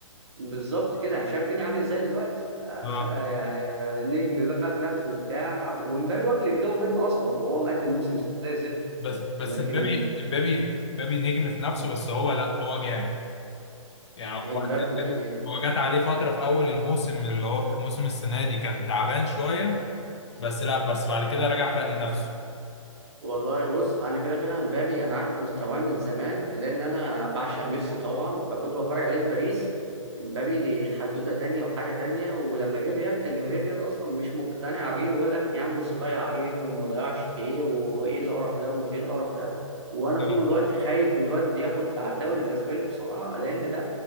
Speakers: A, on the right (about 50°); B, on the left (about 50°).
A: بالظبط كده انا شايف فيني عامل ازاي دلوقتي أخ...
B: اه
A: يعني آه، نجم بقى في نفسه وبتاع ومبابي واكل الجو منه اصلا وهو مقدم موسم زي الزفت
B: بس بس
A: لكن
B: امبابي امبابي امبابي نجم في نفسه بس هو لا هو جامد يعني واحد
A: امبابي
B: زي امبابي هو جات عليه فترة في أول الموسم اللي هو موسم السنة دي كان تعبان شوية بس لا بس بعد كده رجع فاق لنفسه
A: والله بص انا كده كده امبابي انا عارف مستواه من زمان لان انا بعشق ميسي طبعا فكنت بتفرج عليه في باريس امبابي حدوته تانية وحاجه تانية ولما جه ريال كان جماهير ريال اصلا مش مقتنعه بيه ويقول لك يا عم بص ضيع ايه وما ضيعش ايه وايه القرف ده ومش ايه القرف ده وانا
B: مم.
A: طول الوقت خايف من الواد ياخد على الدوري الاسباني بسرعه لان ده